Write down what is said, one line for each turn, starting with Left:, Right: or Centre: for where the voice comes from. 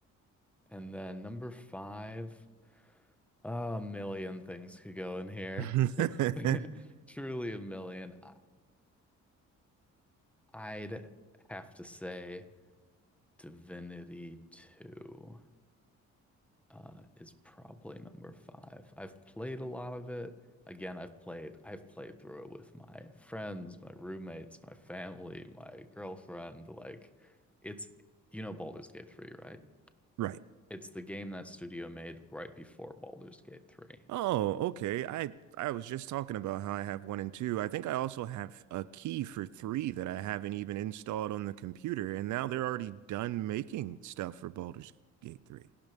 Centre: and then number five, a million things could go in here.
Right: <laughs>
Centre: <laughs> Truly a million. I- I'd have to say Divinity 2. uh, is probably number five. I've played a lot of it. Again, I've played I've played through it with my friends, my roommates, my family, my girlfriend. Like it's you know Baldur's Gate 3, right?
Right: Right.
Centre: It's the game that studio made right before Baldur's Gate 3.
Right: Oh, okay. I I was just talking about how I have one and two. I think I also have a key for three that I haven't even installed on the computer, and now they're already done making stuff for Baldur's Gate 3.